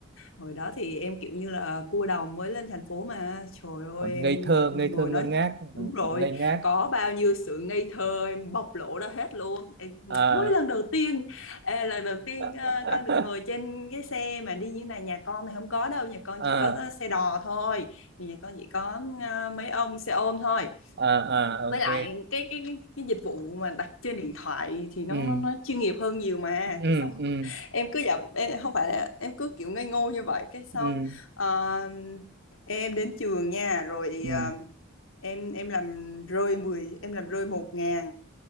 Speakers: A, on the left; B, on the right.
A: hồi đó thì em kiểu như là cua đồng mới lên thành phố mà trời ơi
B: Còn
A: em
B: ngây thơ,
A: ngồi
B: ngây thơ ngơ
A: nói
B: ngác,
A: đúng
B: ừ,
A: rồi
B: còn ngây ngác.
A: có bao nhiêu sự ngây thơ em bộc lộ ra hết luôn em
B: à
A: ôi lần đầu tiên à, lần đầu tiên
B: <laughs>
A: à, con được ngồi trên cái xe mà đi như này nhà con thì không có đâu nhà con
B: à
A: chỉ có xe đò thôi thì nhà con chỉ có à, mấy ông xe ôm thôi
B: à à
A: với
B: ok
A: lại cái cái cái cái dịch vụ mà đặt trên điện thoại thì nó
B: ừ
A: nó, nó chuyên nghiệp hơn nhiều mà
B: ừ
A: cái xong
B: ừ
A: <laughs> em cứ giả bộ- em không phải là em cứ kiểu ngây ngô như vậy cái xong
B: ừ
A: ờ, em đến trường nha rồi
B: ừ
A: ờ, em em làm rơi mười em làm rơi một ngàn